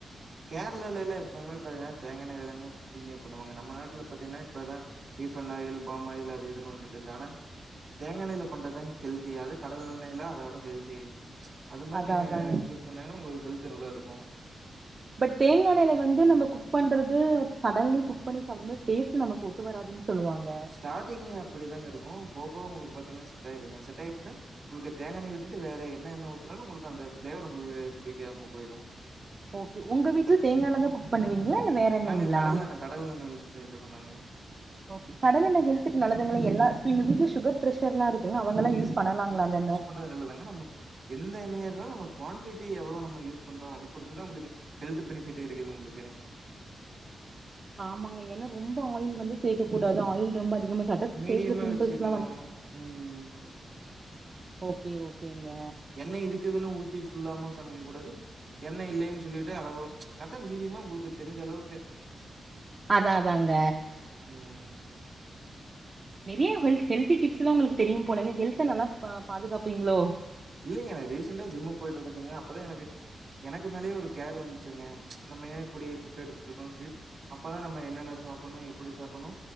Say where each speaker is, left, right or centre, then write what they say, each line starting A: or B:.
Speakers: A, on the right; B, on the right.
A: கேரளால எல்லாம் எப்பவுமே பாத்தீங்கனா தேங்கா எண்ணையில தாங்க குக்கிங்கே பண்ணுவாங்க நம்ம நாட்டுல பாத்தீங்கன்னா இப்பதா ஈஃபன் ஆயில் பாம் ஆயில் அது இதுன்னு வந்துட்டு இருக்கு ஆனா தேங்க எண்ணையில பண்றதாங்க ஹெல்த்தியே அதே கடல் எண்ணையில அதோட ஹெல்த்தி அது மாரி
B: அதா
A: நீங்க
B: அதாங்க
A: சூஸ் பண்ணங்கின்னா உங்களுக்கு ஹெல்த்து நல்லா இருக்கும்
B: பட் தேங்கா எண்ணையில வந்து நம்ம குக் பண்றது சடன்லி குக் பண்ணி சாப்படம்போது டேஸ்ட்டு நமக்கு ஒத்து வராது சொல்லுவாங்க
A: ஸ்டாடிங்கே அப்டிதாங்க இருக்கும் போவ போவ உங்களுக்கு பாத்தீன்னா செட் ஆயிருங்க செட் ஆயிருச்சின்னா உங்களுக்கு தேங்கா எண்ணைய விட்டுட்டு வேற என்ன எண்ண ஊத்தனாலும் உங்களுக்கு அந்த பிளேவர் உங்களுக்கு புடிக்காம போயிடும்
B: ஓகே ஒங்க வீட்ல தேங்கா எண்ணதா குக் பண்ணுவீங்ளா இல்ல வேற எண்ணெய்ங்களா
A: நாங்க கடல் எண்ண கடல் எண்ண யூஸ் பண்ணிட்டு இருக்கோம் நாங்க
B: ஓகே கடல் எண்ண ஹெல்த்துக்கு நல்லதுங்கிளே எல்லா ஸ்கீம் இருந்து சுகர் பிரஷர்லாம் இருக்குங்க அவங்களா யூஸ் பண்ணலாங்களா இந்த எண்ண
A: ண்டோ நல்லதாங்க நம்ம எந்த எண்ணயா இருந்தாலு நம்ம குவான்டிட்டி எவ்ளோ நம்ம யூஸ் பண்றோம் அத பொறுத்து தா உங்களுக்கு ஹெல்த்து பெனிபிட்டே இருக்குது உங்களுக்கு
B: ஆமாங்க ஏனா ரொம்ப ஆயில் வந்து சேக்க கூடாது ஆயில் ரொம்ப அதிகமா சாப்ட்டா
A: மீடியமா
B: ஃபேஸ்ல பிம்பிள்ஸ்லா
A: வச்சிக்கனும்
B: வந்து
A: ம்
B: ஓகே ஓகேங்க
A: எண்ண இருக்குதுன் ஊத்தி ஃபுல்லாமு சமைக்க கூடாது என்ன இல்லைன் சொல்லிட்டு அளவோ கட்டு மீடியமா உங்களுக்கு தெரிஞ்ச அளவுக்கு
B: அதா அதாங்க
A: ம்
B: நெறையா ஹெல்த் ஹெல்தி டிப்ஸ்லா உங்களுக்கு தெரியும் போலங்க ஹெல்த நல்லா பா பாதுகாப்பீங்ளோ
A: இல்லங்க ரீசண்டா ஜிம்முக்கு போயிட்டு இருக்கதுங்க அப்பதா எனக்கு எனக்கு மேலயே ஒரு கேர் வந்ச்சுங்க நம்ம ஏ இப்டி ஃபுட்ட எடுத்துட் இருக்கோன் சொல்லிட்டு அப்பதா நம்ம என்னென்ன சாப்பிட்ணு எப்படி சாப்பிட்ணு